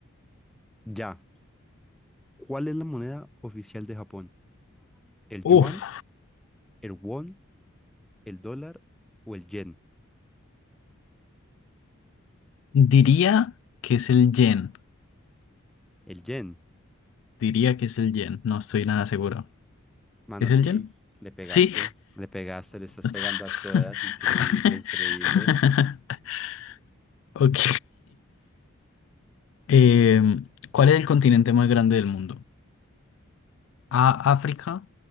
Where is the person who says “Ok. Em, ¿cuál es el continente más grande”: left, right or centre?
Left